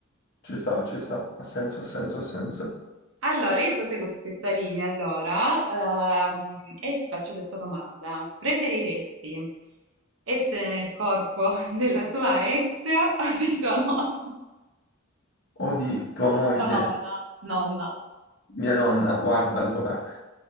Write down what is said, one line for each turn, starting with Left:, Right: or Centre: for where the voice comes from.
Left: Ci sta, ci sta, ha senso, ha senso, ha senso.
Right: Allora, io proseguo su questa linea, allora, ehm, e ti faccio questa domanda. Preferiresti essere nel corpo <laughs> della tua ex o di tua nonna?
Left: O di tua moglie,
Right: Tua nonna, nonna.
Left: mia nonna, guarda allora.